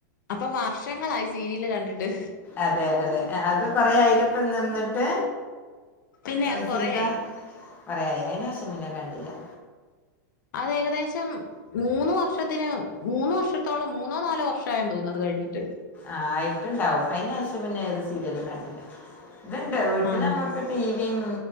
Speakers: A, on the left (about 70°); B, on the left (about 15°).
A: അപ്പം വർഷങ്ങളായി സീരിയല് കണ്ടിട്ട്.
B: അതെ അതെ അത് കൊറെ ആയിലപ്പം നിന്ന്ട്ട്
A: പിന്നെ
B: റെസീത
A: അത് കൊറെയായി
B: കൊറേ ആയി. അയ്നേശം പിന്നെ കണ്ടില്ലാ
A: അത് ഏകദേശം മൂന്ന് വർഷത്തിന് മൂന്ന് വർഷത്തോളം മൂന്നോ നാലോ വർഷായന്ന് തോന്നത് കഴിഞ്ഞിട്ട്.
B: ആഹ് ആയിട്ട്ണ്ടാവും. അയ്നേഷം പിന്നേത് സീരിയലും കണ്ടില്ല. ഇത്ണ്ട് വീട്ടിലമ്മക്ക്
A: ആഹ്
B: ടിവിം